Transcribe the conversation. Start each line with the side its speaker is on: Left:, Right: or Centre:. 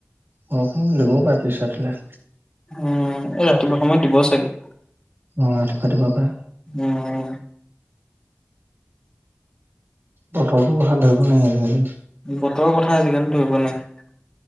Right: বৰষুণ দিবও পাৰে পিচলে।
Left: উম, এই ৰাতিপুৱা সময়ত দিব চাগে।
Right: অ' ৰাতিপুৱা দিব পাৰে।
Left: উম
Right: বতৰটোৰ কথা ধৰিব নোৱাৰি আজিকালি।
Left: বতৰৰ কথা আজিকালি ধৰিব নাই।